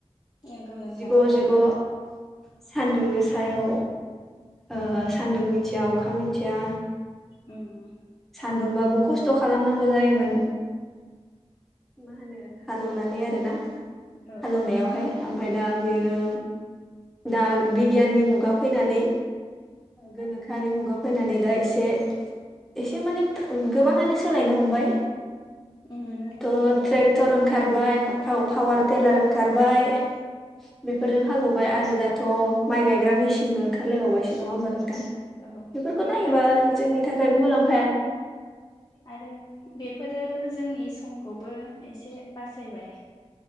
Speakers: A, on the left (about 40°); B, in the centre.
A: नंगौ नोंथां
B: जिग'
A: औ
B: जिग' सानदुं गोसायाव ओ सान्दुं मिथिया अखा मिथिया
A: ओम
B: सान्दुंबाबो खस्थ' खस्थ' खालामनांगौ जायोमोन मा होनो हालौवनानै आरोना
A: औ
B: हालौवनायावहाय ओमफ्राय दा
A: उम
B: बेयो दा बि- गियाननि मुगा फैनानै गोनोखोआरि मुगा फैनानै दा एसे एसे माने गोबाङानो सोलायनो हमबाय
A: उम
B: दाथ'
A: नंगौ
B: ट्रेक्टर ओंखारबाय पाव पावार टेलार ओंखारबाय बेफोरजों हालेवबाय आरो दाथ' माइ गायग्रा मेसिन नबो ओंखारलायबावबायसो नङा
A: उम
B: होमबा नोंथां
A: औ
B: बेफोरखौ
A: बेफोरो
B: नायोबा जोंनि थाखाय मुलाम्फा
A: आरो बेफोरो जोंनि समखौबो एसे बास जैबाय